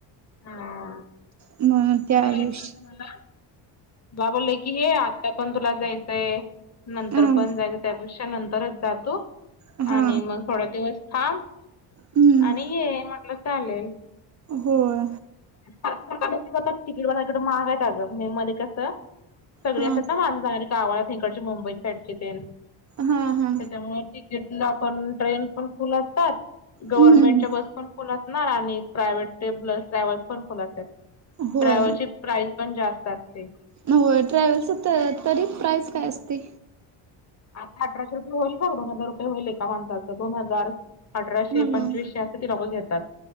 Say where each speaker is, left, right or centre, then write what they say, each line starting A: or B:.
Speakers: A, on the left; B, on the right.
A: हा
B: म्हणून त्या
A: आता यायचं
B: वेश
A: होतं मला बा बोलले की हे आता पण तुला जायचंय नंतर
B: हा
A: पण जायचयं त्यापेक्षा नंतरच जा तू.
B: हा
A: आणि मग थोड्या दिवस थांब
B: हम्म
A: आणि ये म्हटलं चालेल.
B: होय
A: <unintelligible> तिकीट बघा कडं महाग येत अगं मे मध्ये कसं सगळी
B: हा
A: असतात ना माणसं जाणारी गावाात इकडंची मुंबई साईडची तेन
B: हा
A: त्याच्यामुळे
B: हा
A: तिकीटला पण ट्रेन पण फुल असतात गव्हर्नमेंटच्या
B: हम्म
A: बस पण फुल असणार आणि प्रायव्हेट ते बस ट्रॅव्हल्स पण फुल असत्यात.
B: होय
A: ट्रॅव्हलची प्राइस पण जास्त असते.
B: होय ट्रॅव्हलचं तर तरी प्राईस काय असते?
A: आता अठराशे रुपये होईल बघ दोन हजार रुपये होईल एका माणसाचं दोन हजार अठराशे
B: हा.
A: पंचवीसशे तर ती लोकं घेतात,